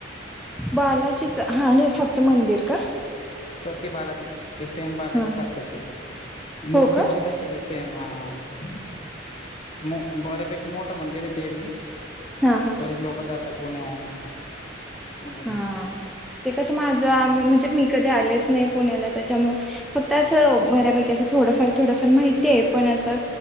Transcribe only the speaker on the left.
प्रती बालाजी हे सेम बालाजी
सारखच आहे. मूर्ती
पण तशीच आहे. ते हा, हा. मो बऱ्यापैकी मोठं मंदिर आहे ते बी.
बरीेच लोक जाता पुण्याहून. वगैरे